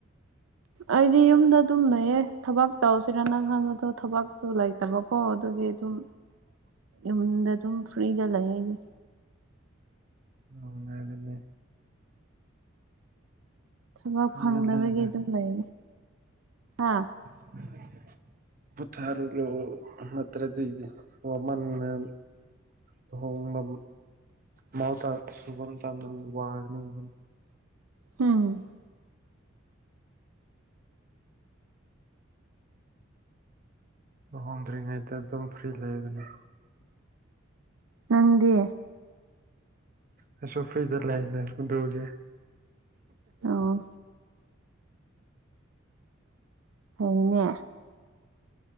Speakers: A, on the right (about 80°); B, on the right (about 45°).
A: ꯑꯩꯗꯤ ꯌꯨꯝꯗ ꯑꯗꯨꯝ ꯂꯩꯌꯦ ꯊꯕꯛ ꯇꯧꯁꯤꯔ ꯅꯪꯍꯥꯟꯕꯗꯣ ꯊꯕꯛꯇꯨ ꯂꯩꯇꯕꯀꯣ ꯑꯗꯨꯒꯤ ꯑꯗꯨꯝ
B: <inaudible>
A: ꯏꯃꯨꯡꯗ ꯑꯗꯨꯝ ꯐ꯭ꯔꯤꯗ ꯂꯩ ꯑꯩꯗꯤ
B: ꯅꯨꯉꯥꯏꯕꯅꯦ
A: ꯊꯕꯛ
B: ꯐ꯭ꯔꯤꯗ
A: ꯐꯪꯅꯕꯒꯤ
B: ꯂꯩꯗ
A: ꯑꯗꯨꯝ ꯂꯩꯅꯤ ꯑ
B: <inaudible> ꯕꯨꯠꯊꯔꯣ ꯅꯠꯇ꯭ꯔꯗꯤ ꯋꯥꯃꯟꯅ ꯂꯨꯍꯣꯡꯕ ꯃꯥꯎꯊꯥ ꯁꯨꯐꯝ ꯆ ꯋꯥꯒꯅꯤꯕ
A: ꯎꯝ
B: ꯂꯨꯍꯣꯡꯗ꯭ꯔꯤꯉꯩꯗꯗꯨꯝ ꯐ꯭ꯔꯤ ꯂꯩ ꯕꯅꯤ
A: ꯅꯪꯗꯤ
B: ꯑꯩꯁꯣ ꯐꯔꯤꯖꯔ ꯂꯩꯅ ꯎꯗꯒꯦ
A: ꯑꯣ ꯐꯩꯅꯦ